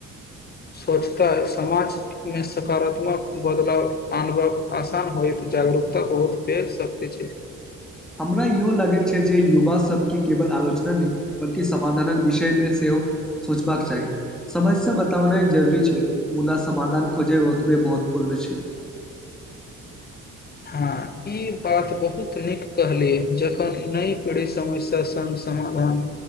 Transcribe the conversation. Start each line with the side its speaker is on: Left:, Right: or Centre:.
Left: सोचता समाज मे सकारात्मक बदलाव आनबक आसान होएत, जागरूकता होएत, बे शक्ति छै।
Centre: हमरा इहो लागैत छै जे युवा सबके केवल आलोचना नहि बल्कि समाधानक विषय मे सेहो सोचबाक चाही समस्या बतावना जरूरी छै, मुदा समाधान खोजै ओतबे महत्वपूर्ण छै।
Left: हाँ ई बात बहुत नीक कहलियै, जखन नई पीढ़ी समस्या संग समाधान